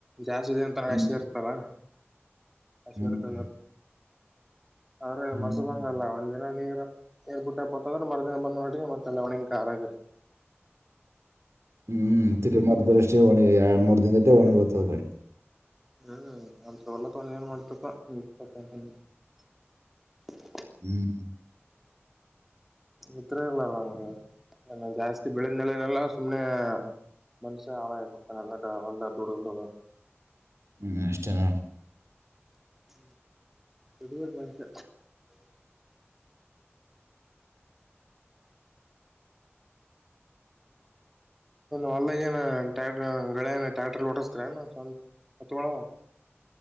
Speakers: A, in the centre; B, on the right.
A: ಜಾಸ್ತಿ ದಿನ ತಂಕ
B: ಹ್ಮ್
A: ಅಸಿ ಇರ್ತಲ್ಲ. ಹಸಿ
B: ಹ್ಮ್
A: ಇಡ್ಕೊಂಡು ಇರತ್. ಆದ್ರೆ
B: ಹ್ಮ್
A: ಮಸುಬಂಗ ಅಲ್ಲ ಒಂದ್ ದಿನ ನೀರ್ ನೀರ್ ಬಿಟ್ಟೆಪ ಅಂತ ಅಂದ್ರ ಮರದಿನ ಬಂದ್ ನೋಡ್ರಿ ಮತ್ತ. ತಲ್ಲ ಒಣಗಿ ಕಾರ ಆಗಿರುತ್ತ.
B: ಹ್ಮ್ ತಿಗ ಮರ್ದಷ್ಟ ಹೋಗಣಿ ಎರಡ್ ಮೂರ್ ದಿನದ ಹೋಗಣಿ ಗತ್ತದ ಕಡೆ.
A: ಹ್ಮ್ ಅಂತ ಹೊಲ ತೊಗೊಂಡು ಎನ್ ಮಾಡ್ತಿ ಅಪ್ಪ <unintelligible>
B: ಹ್ಮ್
A: ಇದ್ರು ಇರ್ಲರಂಗ ಹಂಗ ಬೆಳೆದ ನಲನಲ್ಲ ಸುಮ್ನೆ. ಮನುಷ್ಯನ್ ಹಾಳಾಗಿ ಬಿಡ್ತಾನ ಹೊಲದಾಗ ದುಡಿದು ದುಡಿದು.
B: ಹ್ಮ್ ಅಷ್ಟೇ ನೋಡ್
A: <unintelligible> ಹೊಲ್ಲಾಗ ಏನ ಟ್ಯಾಕ್ಟರ್ ಗಳೇ ಏನ್ ಟ್ರಾಕ್ಟರ್ ಹೊಡೆಸ್ತ್ರಿ ಎನ್ ಎತ್ತುಗೋಳು ಅವ.